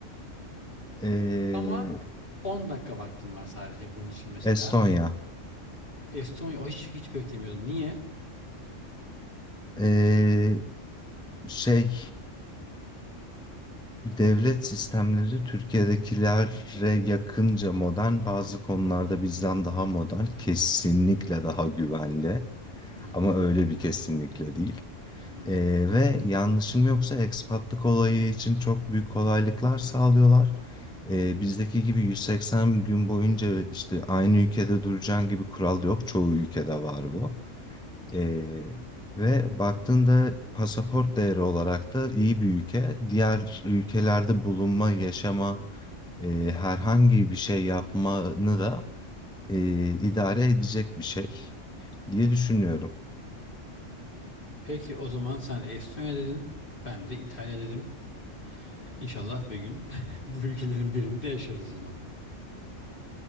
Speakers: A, in the centre; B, on the left.
A: Ee,
B: Ama 10 dakika vaktim var sadece bunun için mesela.
A: Estonya.
B: Estonya o hiç, hiç beklemiyordum. Niye?
A: Ee, şey, devlet sistemleri Türkiye'dekilere yakınca modern, bazı konularda bizden daha modern, kesinlikle daha güvenli.
B: Hı,
A: Ama öyle bir kesinlikle değil.
B: hı.
A: Ee, ve yanlışım yoksa ekspatlık olayı için çok büyük kolaylıklar sağlıyorlar. Ee, bizdeki gibi 180 gün boyunca işte aynı ülkede duracaksın gibi kural yok. Çoğu ülkede var bu. Ee, ve baktığında pasaport değeri olarak da iyi bir ülke. Diğer ülkelerde bulunma, yaşama, e, herhangi bir şey yapmanı da e, idare edecek bir şey diye düşünüyorum.
B: Peki o zaman sen Estonya dedin. Ben de İtalya dedim. İnşallah bir gün <laughs> bu ülkelerin birinde yaşarız o zaman.